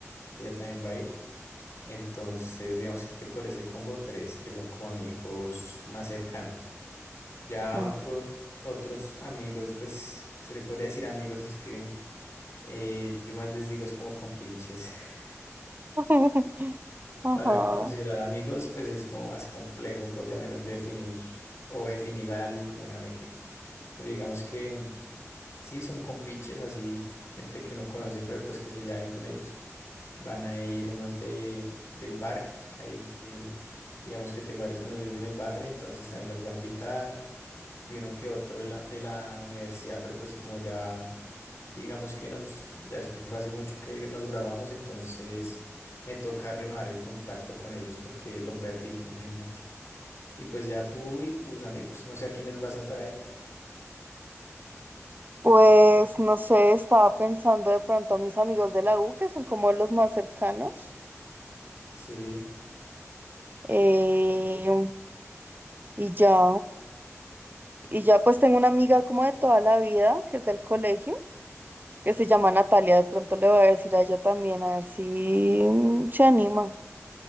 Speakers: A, on the left; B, on the right.
A: ella también va a ir. Entonces, digamos que por ese combo tres, que son como amigos más cercanos. Ya
B: No.
A: otro, otros amigos, pues, se le podría decir amigos, es que eh, yo más les digo es como compinches. <laughs>
B: <laughs> Ajá.
A: Para considerar amigos, pues es como más complejo, por lo menos yo definir o definir a alguien como un amigo. Pero digamos que sí, son compinches, así, gente que uno conoce, pero pues que se lleva bien con ellos. Van a ir unos de, del barrio. Ahí, en- digamos que tengo varios conocidos en el barrio, entonces también los voy a invitar. Y uno que otro de la, de la universidad, pero pues como ya, digamos que nos, ya eso fue hace mucho que nos graduamos, entonces me toca renovar el contacto con ellos porque lo perdí, imagínate. Y pues ya tú y tus amigos, no sé a quiénes vas a traer.
B: Pues no sé, estaba pensando de pronto a mis amigos de la U, que son como los más cercanos.
A: Sí.
B: Eh,
A: Ok.
B: y ya, y ya pues tengo una amiga como de toda la vida, que es del colegio, que se llama Natalia. De pronto le voy a decir a ella también, a ver si mm, se anima.